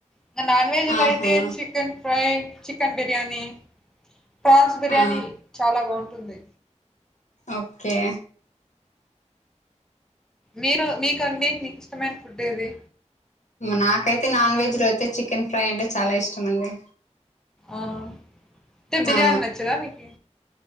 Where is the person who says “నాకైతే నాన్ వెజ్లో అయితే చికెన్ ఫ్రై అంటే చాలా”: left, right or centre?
Left